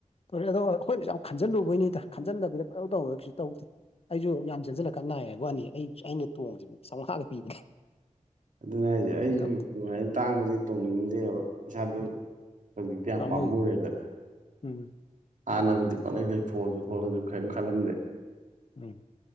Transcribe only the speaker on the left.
<unintelligible> ꯑꯈꯣꯏꯅꯖꯨ ꯌꯥꯝ ꯈꯟꯖꯜꯂꯨꯕꯩꯅꯤꯗ ꯈꯟꯖꯟꯗꯕꯤꯗ ꯄꯞ ꯕꯞ ꯇꯧꯕꯗ ꯀꯩꯁꯨ ꯇꯧꯗꯦ ꯑꯩꯖꯨ ꯌꯥꯝ ꯆꯦꯟꯖꯤꯜꯂꯀꯥꯟ ꯅꯥꯏꯑꯦ ꯍꯥꯏꯕꯋꯥꯅꯤ ꯑꯩ ꯑꯩꯅ ꯇꯣꯡꯉꯖꯤꯕꯨꯛ ꯆꯝꯉꯥꯒ ꯄꯤꯕꯅꯦ
ꯇꯧꯗꯦ
ꯎꯝ
ꯄꯥꯝꯃꯨꯏ
ꯎꯝ
ꯎꯝ